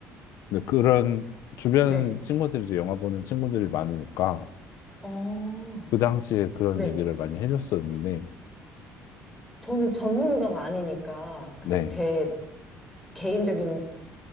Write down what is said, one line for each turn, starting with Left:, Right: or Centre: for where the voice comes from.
Left: 근데 그런 주변
Centre: 네.
Left: 친구들이 이제 영화 보는 친구들이 많으니까
Centre: 어,
Left: 그 당시에 그런
Centre: 네.
Left: 얘기를 많이 해줬었는데,
Centre: 저는 전문가가 아니니까 그냥
Left: 네,
Centre: 제 개인적인